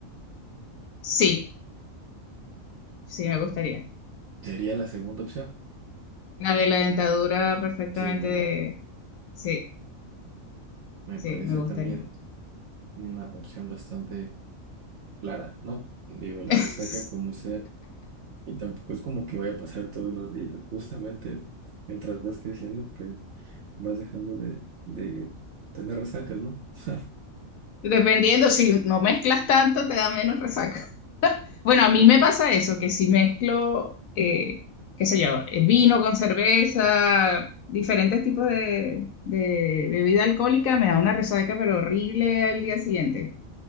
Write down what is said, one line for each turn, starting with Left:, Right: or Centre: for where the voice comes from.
Left: sí, sí, me gustaría.
Right: ¿Sería la segunda opción?
Left: La de la dentadura perfectamente.
Right: Sí, ¿verdad?
Left: Sí,
Right: Me
Left: sí,
Right: parece
Left: me gustaría.
Right: también una opción bastante clara, ¿no? Digo, la
Left: <laughs>
Right: resaca como sea, y tampoco es como que vaya a pasar todos los días. Justamente, mientras vas creciendo, pues vas dejando de, de tener resacas, ¿no? <laughs>
Left: Dependiendo, si no mezclas tanto, te da menos resaca. <laughs> Bueno, a mí me pasa eso, que si mezclo, eh, qué sé yo, eh, vino con cerveza, diferentes tipos de, de bebida alcohólica, me da una resaca, pero horrible al día siguiente.